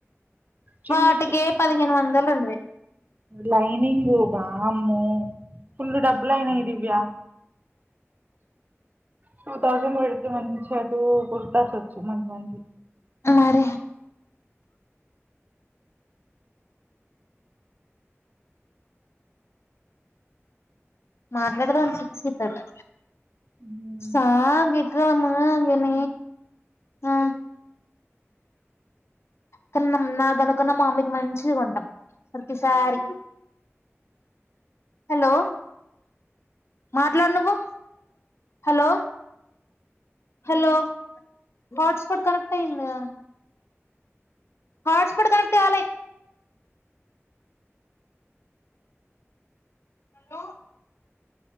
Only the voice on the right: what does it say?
చున్నీకి
లైనింగ్ వామ్మో పుల్ డబ్బులైనాయి దివ్యా. టూ థౌజండ్ పెడితే మంచిగా టూ కుర్తాసొచ్చు మంచి మంచి
ఉమ్